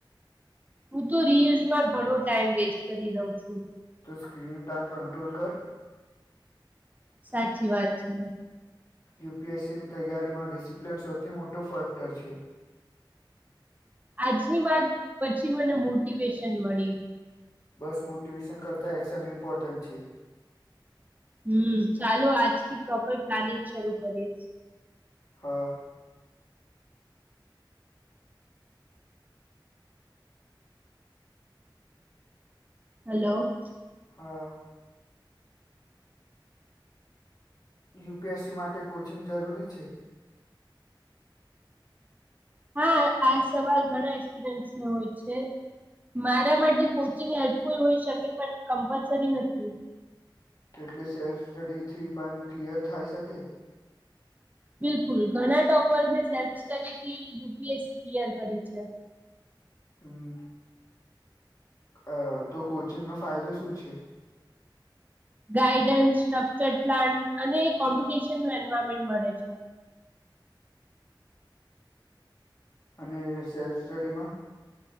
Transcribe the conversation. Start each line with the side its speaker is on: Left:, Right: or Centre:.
Right: હું તો રીલ્સમાં ઘણો ટાઈમ વેસ્ટ કરી રહઉ છું
Left: તો સ્ક્રીન ટાઈમ કંટ્રોલ કર
Right: સાચી વાત છે
Left: યુપીએસસીની તૈયારીમાં ડિસિપ્લિન સૌથી મોટો ફેક્ટર છે
Right: આજની વાત પછી મને મોટિવેશન મળી
Left: બસ મોટિવેશન કરતા એક્શન ઇમ્પોર્ટન્ટ છે
Right: હમ ચાલો આજથી પ્રોપર પ્લાનિંગ શરૂ કરીશ
Left: હા
Right: હલો
Left: હા યુપીએસસી માટે કોચિંગ જરૂરી છે
Right: હા આ સવાલ ઘણા એક્સપિરિયન્સને હોય છે મારા માટે કોચિંગ હેલ્પફુલ હોઈ શકે પણ કમ્પલસરી નથી
Left: એટલે સેલ્ફ સ્ટડી થી પણ ક્લિયર થાય શકે
Right: બિલકુલ ઘણા ટોપર્સે સેલ્ફ સ્ટડીથી યુપીએસસી ક્લિયર કરી છે
Left: હમ અ તો કોચિંગ નો ફાયદો શું છે
Right: ગાઈડન્સ સ્ટ્રક્ચર પ્લાન્ટ અને કોમ્પિટિશન ટુર્નામેન્ટ મળે છે
Left: અને સેલ્ફ સ્ટડીમાં